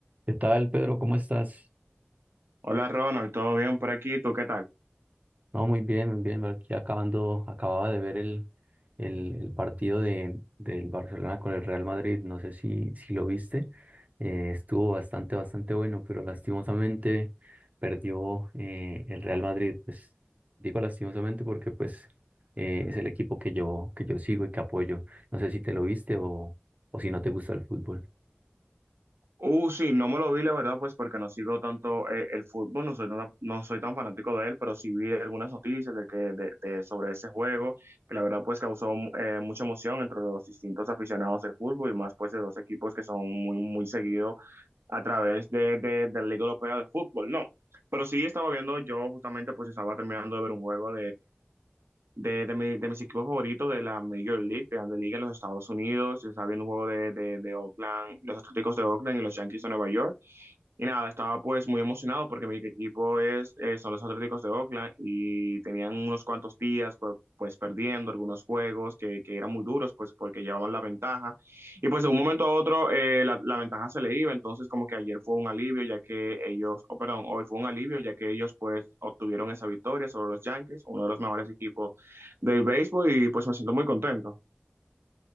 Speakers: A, on the right; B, on the right.
A: ¿Qué tal, Pedro? ¿Cómo estás?
B: Hola Ronald, ¿todo bien por aquí? ¿Tú qué tal?
A: No, muy bien, muy bien. Aquí acabando, acababa de ver el, el, el partido de, del Barcelona con el Real Madrid. No sé si, si lo viste. Eh, estuvo bastante, bastante bueno, pero lastimosamente perdió eh, el Real Madrid. Pues digo lastimosamente porque pues eh, es el equipo que yo, que yo sigo y que apoyo. No sé si te lo viste o, o si no te gusta el fútbol.
B: Uh, sí, no me lo vi, la verdad, pues porque no sigo tanto eh, el fútbol, no soy, no, no soy tan fanático de él, pero sí vi algunas noticias de que, de, de- sobre ese juego, que la verdad pues causó eh, mucha emoción entre los distintos aficionados del fútbol y más pues de dos equipos que son muy, muy seguidos a través de, de, de la Liga Europea de Fútbol, ¿no? Pero sí estaba viendo, yo justamente pues estaba terminando de ver un juego de, de, mi- de mis equipos favoritos de la Major League, Grande Liga en los Estados Unidos. Estaba viendo un juego de, de, de Oakland, los Atléticos de Oakland y los Yankees de Nueva York. Y nada, estaba pues muy emocionado porque mi equipo es, eh, son los Atléticos de Oakland y tenían unos cuantos días pues, pues perdiendo algunos juegos que, que eran muy duros pues porque llevaban la ventaja. Y pues de un momento a otro eh, la, la ventaja se le iba, entonces como que ayer fue un alivio ya que ellos, oh, perdón, hoy fue un alivio ya que ellos pues obtuvieron esa victoria sobre los Yankees, uno de los mejores equipos del béisbol y pues me siento muy contento.